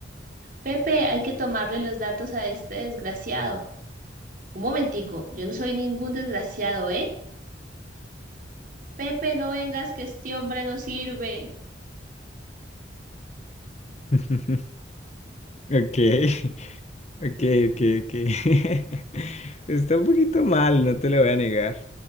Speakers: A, on the right; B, on the left.
A: Pepe, hay que tomarle los datos a este desgraciado. Un momentico, yo no soy ningún desgraciado, ¿eh? Pepe, no vengas que este hombre no sirve.
B: <laughs> Okay, <laughs> okay, okay, okay. <laughs> Está un poquito mal, no te lo voy a negar.